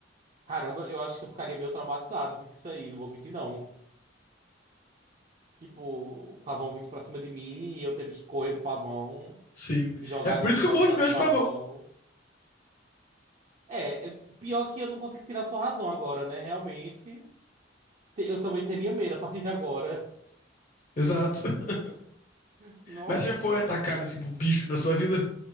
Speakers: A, on the right; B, on the left.
A: Caramba, eu acho que eu ficaria meio traumatizado, viu, com isso aí, não vou mentir, não. Tipo, o pavão vindo pra cima de mim e eu ter que correr do pavão,
B: Sim.
A: me jogar
B: É por
A: em um
B: isso
A: canto
B: que eu morro
A: por
B: de
A: causa
B: medo
A: do
B: de
A: pavão.
B: pavão.
A: É, é- pior que eu não consigo tirar sua razão agora, né? Realmente, te- eu também teria medo a partir de agora.
B: Exato. <laughs>
A: <laughs> Nossa!
B: Mas você já foi atacado assim por bicho na sua vida?